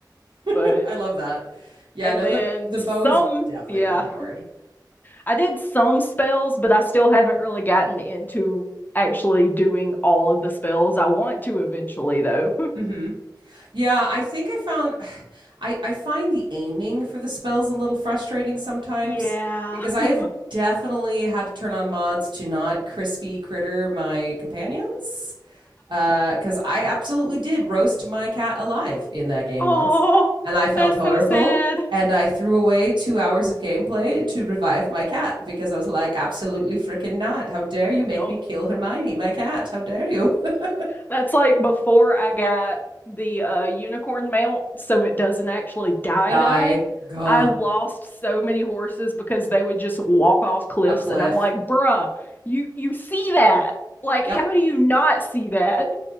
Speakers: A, on the right; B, on the left.
A: <laughs>
B: But
A: I love that. Yeah,
B: and
A: no,
B: then
A: the the
B: some,
A: bow is definitely
B: yeah,
A: overpowered.
B: I did some spells, but I still haven't really gotten into actually doing all of the spells. I want to eventually, though. <laughs>
A: hmm Yeah, I think I found <sighs> I I find the aiming for the spells a little frustrating sometimes
B: Yeah.
A: because I
B: <laughs>
A: have definitely had to turn on mods to not crispy critter my companions uh cuz I absolutely did roast my cat alive in that game
B: Oh,
A: once and I felt
B: that's
A: horrible
B: so sad.
A: and I threw away 2 hours of gameplay to revive my cat because I was like absolutely freaking not. How dare you make
B: Yup.
A: me kill Hermione, my cat? How dare you? <laughs>
B: That's like before I got the uh, unicorn mount, so it doesn't actually die
A: Die.
B: die.
A: Gah.
B: I lost so many horses because they would just walk off cliffs,
A: A cliff.
B: and I'm like, bruh, you you see that? Like,
A: Yep.
B: how do you not see that?